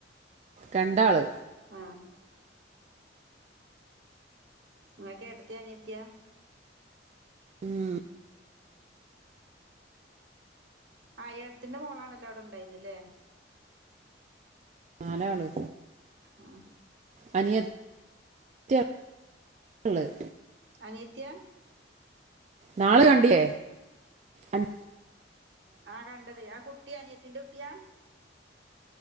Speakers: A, on the right (about 40°); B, on the right (about 70°).
A: രണ്ടാള്
B: ആ നിങ്ങക്ക് ഏട്ടത്തിയാ അനിയത്തിയാ
A: ഉം
B: ആ എട്ടത്തിന്റെ മോളാണല്ലോ ഇവിടെ ഉണ്ടായിന്നല്ലേ
A: നാലാള്
B: ആ
A: അനിയ ത്തി യ ള്ളത്
B: അനിയത്തിയാ
A: നാള് കണ്ടിയേ അനി
B: ആ കണ്ടത് ആ കുട്ടി അനിയത്തിന്റെ കുട്ടിയാ